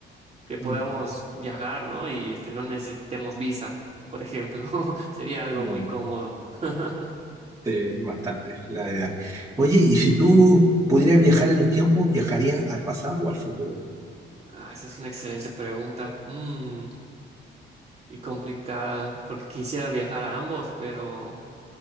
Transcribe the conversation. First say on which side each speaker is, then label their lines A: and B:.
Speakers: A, on the right; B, on the right.
A: que podamos
B: Mm,
A: viajar, ¿no? Y este, no necesitemos visa, por ejemplo, <laughs> sería algo
B: mm,
A: muy cómodo. <laughs>
B: sí, bastante, la verdad. Oye, y si tú pudieras viajar en el tiempo, ¿viajarías al pasado o al futuro?
A: Ah, esa es una excelente pregunta. Mm, y complicada, porque quisiera viajar a ambos, pero...